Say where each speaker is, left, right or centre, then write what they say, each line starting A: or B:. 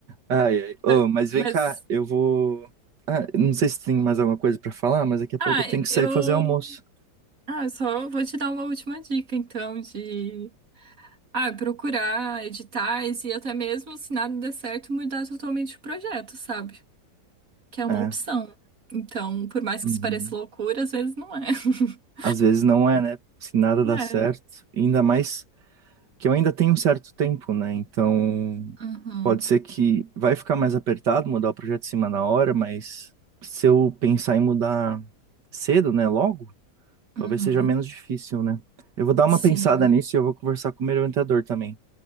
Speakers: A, on the right (about 85°); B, on the right (about 50°).
A: Ai, ai. Ô,
B: Mas,
A: mas
B: mas,
A: vem cá, eu vou. Ah, não sei se tem mais alguma coisa pra falar, mas daqui a
B: ah,
A: pouco eu tenho que
B: eu,
A: sair fazer almoço.
B: ah, eu só vou te dar uma última dica, então, de Ah, procurar editais e até mesmo, se nada der certo, mudar totalmente o projeto, sabe? Que é uma
A: É.
B: opção. Então, por mais
A: Uhum.
B: que isso pareça loucura, às vezes não é. <laughs>
A: Às vezes não é, né? Se nada dá
B: É.
A: certo, ainda mais que eu ainda tenho um certo tempo, né? Então,
B: Uhum.
A: pode ser que vai ficar mais apertado mudar o projeto de cima na hora, mas se eu pensar em mudar cedo, né, logo, talvez
B: Uhum.
A: seja menos difícil, né? Eu vou dar uma
B: Sim.
A: pensada nisso e eu vou conversar com o meu orientador também.